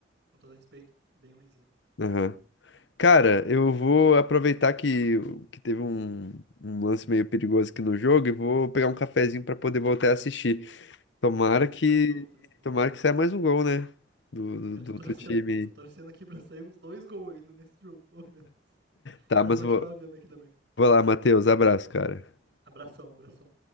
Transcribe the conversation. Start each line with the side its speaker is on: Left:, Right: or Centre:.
Right: com todo respeito, bem ruinzinho.
Left: Aham. Cara, eu vou aproveitar que, que teve um, um lance meio perigoso aqui no jogo e vou pegar um cafezinho para poder voltar a assistir. Tomara que,
Right: Tranquilo, tranquilo.
Left: tomara que saia mais um gol, né? Do,
Right: Eu
Left: do, do
Right: tô torcendo,
Left: outro time.
Right: mano. Tô torcendo aqui pra sair uns dois gols ainda nesse jogo, pelo menos.
Left: Tá,
Right: Eu
Left: mas
Right: vou continuar
Left: vou,
Right: vendo aqui também.
Left: vou lá, Matheus. Abraço, cara.
Right: Abração, abração.